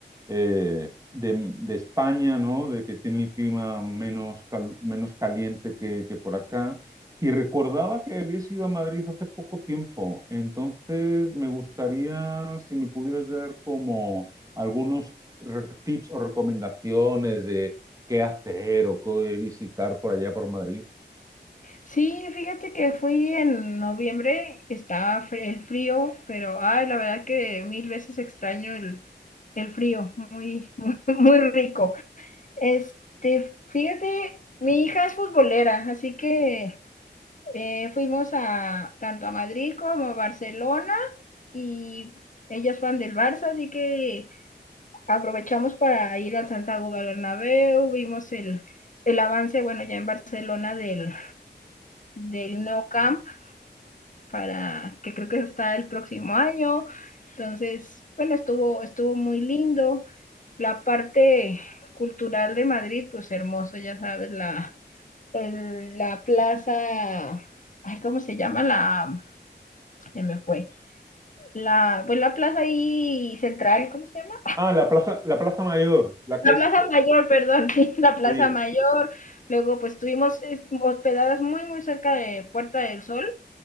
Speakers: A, on the right; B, on the left.
A: eh, de, de España, ¿no? De que tiene el clima menos, cal- menos caliente que, que por acá. Y recordaba que había ido a Madrid hace poco tiempo. Entonces, me gustaría, si me pudieras dar como algunos re- tips o recomendaciones de qué hacer o qué visitar por allá por Madrid.
B: Sí, fíjate que fui en noviembre, estaba fr- el frío, pero ay, la verdad que mil veces extraño el, el frío, muy, <laughs> muy, muy rico. Este, fíjate, mi hija es futbolera, así que Eh, fuimos a tanto a Madrid como a Barcelona y ellas van del Barça, así que aprovechamos para ir al Santiago Bernabéu, vimos el, el avance, bueno, ya en Barcelona del, del No Camp, para que creo que está el próximo año. Entonces, bueno, estuvo, estuvo muy lindo. La parte cultural de Madrid, pues hermoso, ya sabes, la, el, la plaza, ay, ¿cómo se llama? La, se me fue, la, pues la plaza ahí central, ¿cómo se llama?
A: Ah, la plaza, la Plaza Mayor, la
B: La
A: que es...
B: plaza
A: co-
B: mayor, <laughs> perdón, sí, la plaza
A: Sí,
B: mayor. Luego pues estuvimos hospedadas muy, muy cerca de Puerta del Sol.